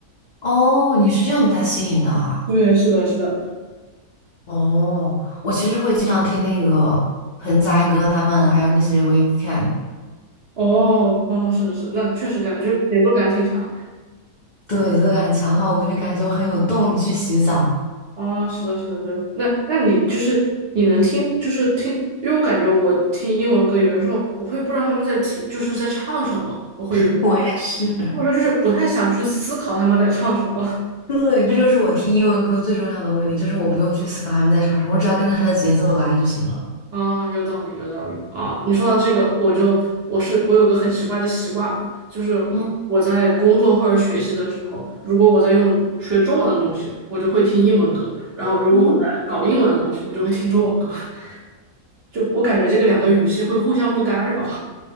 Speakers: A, on the left; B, on the right.
A: 哦，你是这样被他吸引的啊？
B: 对，是的，是的，
A: 哦，我其实会经常听那个盆栽哥他们，还有那些 Weekend，
B: 哦哦，是的，是的那确实感觉就是节奏感挺强。
A: 对，节奏感强的话，我就会感觉我很有动力去洗澡。
B: 哦，是的，是的，对。那那你就是你能听，就是听，因为我感觉我听英文歌，有的时候我会不知道他们在听，就是在唱什么，我会有一点，
A: <laughs> 我也是。
B: 或者说就是不太想去思考他们在唱什么。<laughs>
A: 对，这就是我听英文歌最重要的目的，就是我不用去思考他们在唱什么，我只要跟着他的节奏来就行了。
B: 啊、有道理，有道理啊！你说到这个，我就我是我有个很奇怪的习惯，就是我在工作或者学习的时候，
A: 嗯
B: 如果我在用学中文的东西，我就会听英文歌；然后如果我在搞英文的东西，
A: 嗯，
B: 我就会听中文歌。<laughs> 就我感觉这个两个语系会互相不干扰。